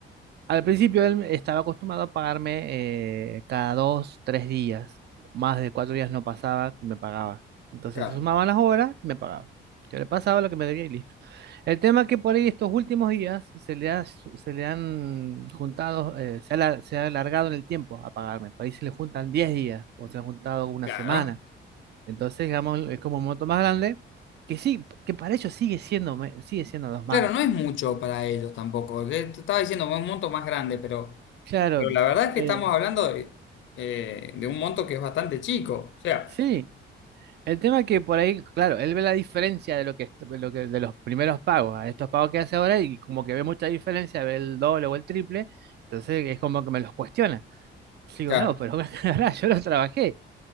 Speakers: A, on the right; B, on the left.
A: Al principio él estaba acostumbrado a pagarme eh, cada dos, tres días. Más de cuatro días no pasaba que me pagaba. Entonces
B: Claro,
A: se sumaban las horas y me pagaba. Yo le pasaba lo que me debía y listo. El tema es que por ahí estos últimos días se le ha, su- se le han juntado, eh, se ha, alar- se ha alargado en el tiempo a pagarme. Por ahí se le juntan 10 días o se han juntado una
B: claro.
A: semana. Entonces, digamos, es como un monto más grande que sí, que para ellos sigue siendo, me- sigue siendo dos mangos.
B: Claro, no es mucho para ellos tampoco. Le- Te estaba diciendo un monto más grande, pero,
A: Claro,
B: pero la verdad es
A: eh,
B: que estamos hablando de, eh, de un monto que es bastante chico. O sea,
A: sí. El tema es que por ahí, claro, él ve la diferencia de lo que, de lo que de los primeros pagos a estos pagos que hace ahora y como que ve mucha diferencia, ve el doble o el triple, entonces es como que me los cuestiona. Digo,
B: claro,
A: no, pero <laughs> ahora yo los trabajé.